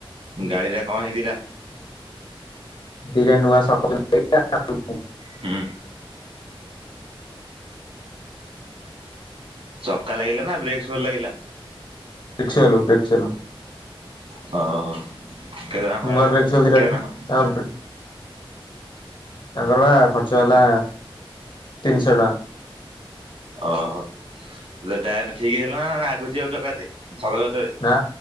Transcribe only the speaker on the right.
ଗାଡିରେ କଣ ହେଇଥିଲା?
ହୁଁ ଚକା ଲାଗିଲା ନା ବ୍ରେକ୍ ସୋର ଲାଗିଲା?
<inaudible>
ଓହୋ ସେ ଟାୟାର ଠିକଇ ହେଲା ନା ଆଗୁଛି ଆଉ ଜକରେ <inaudible>